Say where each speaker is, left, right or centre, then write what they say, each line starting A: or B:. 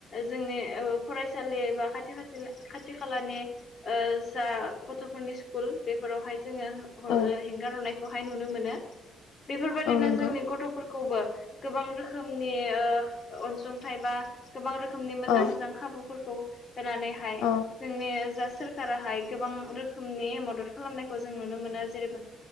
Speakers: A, on the left; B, on the left.
A: जोंनि ओ फरायसालि बा खा खाथि खाथि खाथि खालानि ओ जा गथ'फोरनि स्कुल बेफोरावहाय जोङो
B: औ
A: हेंगार हरनायखौहाय नुनो मोनो बेफोरबायदिनो
B: औ नंगौ
A: जोंनि
B: औ नंगौ
A: गथ'फोरखौबो गोबां रोखोमनि अनसुंथाइ बा गोबां रोखोमनि मोजां
B: औ औ
A: मोजां खाबुफोरखौ होनानैहाय
B: औ
A: जोंनि जा सोरखाराहाय गोबां रोखोमनि मदद खालामनायखौ जों नुनो मोनो जेरेैबो।